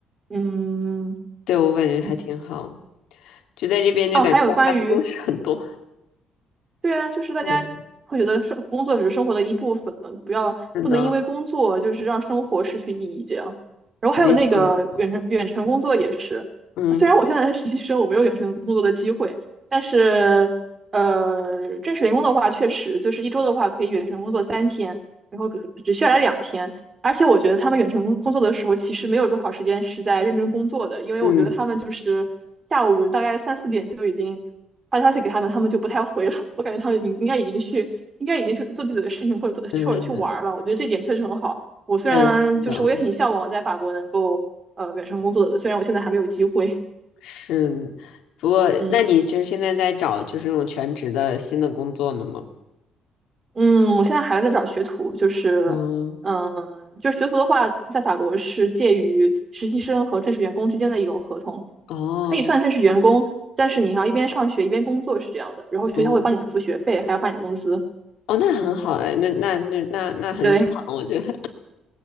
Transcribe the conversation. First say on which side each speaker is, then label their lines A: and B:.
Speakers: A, on the right (about 25°); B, on the left (about 80°).
A: 嗯。
B: 对我感觉还挺好，
A: 嗯
B: 就在这边就感觉大家松弛很多，
A: 哦，还有关于，对啊，就是大家会觉得生工作只是生活的一部分，
B: 嗯，
A: 不要不能因为工作就是让生活失去意义这样。
B: 是的，
A: 然后还有那个远程远程工作也是，
B: 没错，没错嗯
A: 虽然我现在是实习生，我没有远程工作的机会，但是呃，正式员工的话，确实就是一周的话可以远程工作三天，然后只只需要来两天。而且我觉得他们远程工工作的时候，其实没有多少时间是在认真工作的，因为我觉得他们就是下午大概三四点就已经。
B: 嗯
A: 发消息给他们，他们就不太回了。我感觉他们应应该已经去，应该已经去做自己的事情，或者做去或者去玩儿了。
B: 嗯，
A: 我觉得这点确实很好。我虽然就是我也挺向往在法国能够呃远程工作的，
B: 对，是的，
A: 虽然我现在还没有机会。
B: 是，不过那你就是现在在找就是那种全职的新的工作呢吗？
A: 嗯嗯，我现在还在找学徒，就是嗯，
B: 嗯，
A: 呃就是学徒的话，在法国是介于实习生和正式员工之间的一种合同，
B: 哦，
A: 可以算正式员工，但是你要一边上学一边工作是这样的，然后学校会帮你付学费，
B: 哦
A: 还要发你工资。
B: 哦，那很好哎，那那那那那很爽，
A: 对。
B: 我觉得，